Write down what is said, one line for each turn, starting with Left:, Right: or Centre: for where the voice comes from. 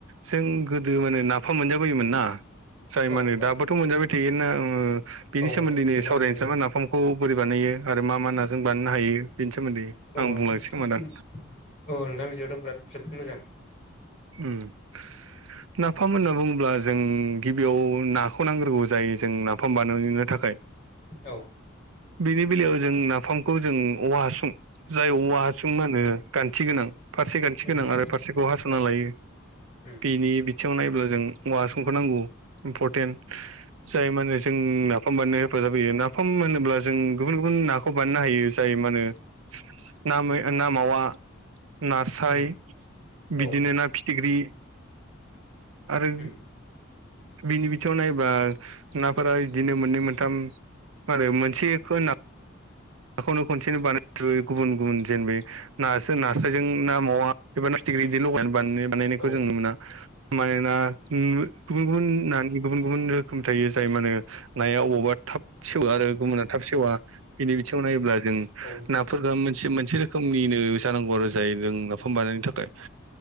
Right: जों गोदो माने नाफाम मोनजाबोयोमोन ना जाय
Left: हागोन
Right: मानोे दाबोथ' मोनजाबाय थायोना ओ उम
Left: औ
Right: बिनि सोमोन्दैनो
Left: नोंथां औ नोंथां मोजां
Right: सावरायनोसै
Left: मोजां
Right: नामा नाफामखौ खौ बोरै बानायो आरो मा मा नाजों बानायनो हायो बेनि सोमोन्दै
Left: औ
Right: आं
Left: नोंथां
Right: बुंलांसै खोमा दां।
Left: औ नोंथां बिदिबाथ' बिराद जोबोद मोजां।
Right: उम नाफाम होनना बुङोब्ला जों गिबियाव नाखौ नांग्रोगौ जायो जों नाफाम बानायनो थाखाय।
Left: औ
Right: बेनि बेलायाव जों नाफामखौ जों औवा हासुं जाय औवा हासुं होनो गान थि गोनां फारसे गान्थि
Left: उम
Right: गोनां आरो फारसेखौ हास'ना
Left: औ
Right: लायो
Left: उम
Right: बिनि थिङाव नायोब्ला जों औवा समखौ नांगौ इम्परटेन्ट जाय मा होनो जोंना नाफाम बानायनायाव हेफाजाब होयो नाफाम होनोब्ला जों गुबुन गुबुन नाखौ बायनो हायो। जायो मा होनो नामै नामावा नासाय
Left: उम
Right: बिदिनो
Left: औ
Right: ना फिथिख्रि आरो
Left: उम
Right: बिनि बिथिङाव नायबा नाफोरा इदिनो मोननै मोनथाम मा होनो मोनसेखो ना नाखौनो खनसेनो बानाय जोबो गुबुन गुबुन जेन बे ना जों नास्रायजों ना मावा एबा नाफिथिग्रि इदि लगायनानै बानाय बानायनायखौ
Left: औ ओ
Right: जों ननो मोना मानोना उम ओ गुबुन गुबुन नानि गुबुन गुबुन रोखोम थायो जाय माहोनो नाया अबावबा थाब सेवो आरो गुबुना थाब सेवा। बिनि बिथिङाव नायोब्ला जों
Left: औ नोंथां
Right: नाफोरखौ मोनसे मोनसे रोखोमनिनो जांगौ आरो जाय जों नाफाम बानायनायनि थाखाय